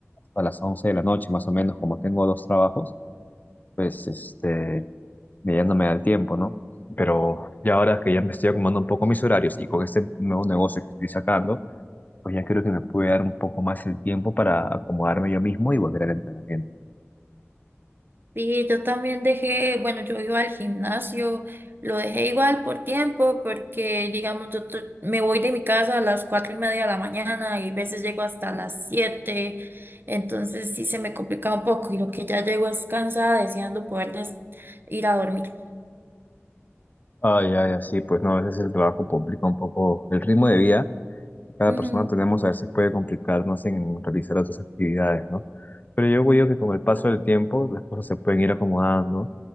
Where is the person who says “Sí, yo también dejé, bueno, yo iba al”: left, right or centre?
Right